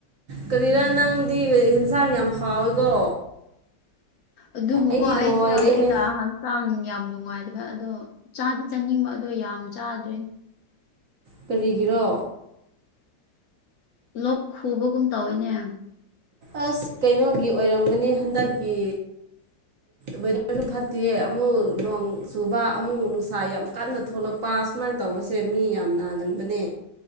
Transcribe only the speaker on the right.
ꯀꯔꯤꯔ ꯅꯪꯗꯤ ꯍꯦꯟꯁꯥꯡ ꯌꯥꯝ ꯍꯥꯎꯋꯤꯀꯣ
ꯑꯩꯗꯤ
ꯂꯣꯏꯔꯦꯍꯦ
ꯀꯥꯔꯤꯒꯤꯔꯣ
ꯑꯥꯁ ꯀꯩꯅꯣꯒꯤ ꯑꯣꯏꯔꯝꯒꯅꯤ ꯍꯟꯗꯛꯀꯤ
ꯋꯦꯗꯔꯁꯨ ꯐꯠꯇꯦ ꯑꯃꯨꯛ ꯅꯣꯡ ꯆꯨꯕ ꯑꯃꯨꯛ ꯅꯨꯡꯁꯥ ꯌꯥꯝ ꯀꯟꯅ ꯊꯣꯛꯂꯛꯄ ꯁꯨꯃꯥꯏꯟꯅ ꯇꯧꯕꯁꯦ ꯃꯤ ꯌꯥꯝ ꯅꯥꯒꯟꯕꯅꯦ